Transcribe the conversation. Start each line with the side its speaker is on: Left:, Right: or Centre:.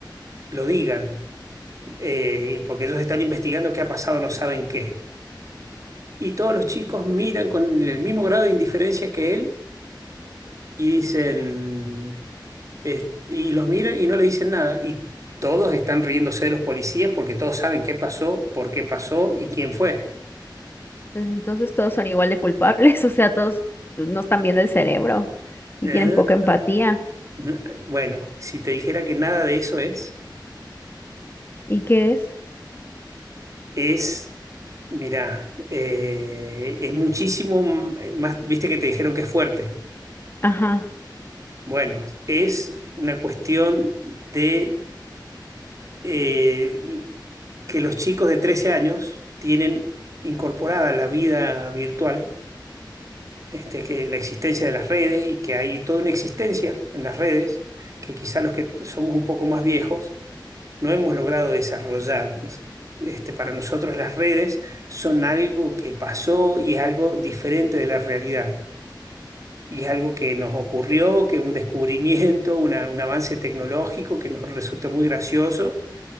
Right: lo digan, eh, porque ellos están investigando qué ha pasado, no saben qué. Y todos los chicos miran con el mismo grado de indiferencia que él y dicen, es- y los miran y no le dicen nada. Y todos están riéndose de los policías porque todos saben qué pasó, por qué pasó y quién fue.
Left: Pues entonces todos son igual de culpables, <laughs> o sea, todos pues, no están viendo el cerebro y
Right: Ah.
Left: tienen poca empatía.
Right: Bueno, si te dijera que nada de eso es,
Left: ¿Y qué es?
Right: es, mirá, eh, es muchísimo m- más, viste que te dijeron que es fuerte.
Left: Ajá.
Right: Bueno, es una cuestión de eh, que los chicos de 13 años tienen incorporada la vida virtual, este, que la existencia de las redes y que hay toda una existencia en las redes, que quizá los que somos un poco más viejos no hemos logrado desarrollar. Este, para nosotros las redes son algo que pasó y es algo diferente de la realidad. Y es algo que nos ocurrió, que un descubrimiento, una- un avance tecnológico que nos resulta muy gracioso,